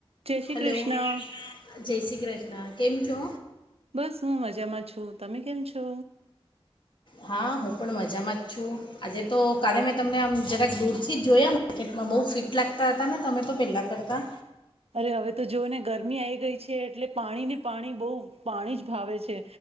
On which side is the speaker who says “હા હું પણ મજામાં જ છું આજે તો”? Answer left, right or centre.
Left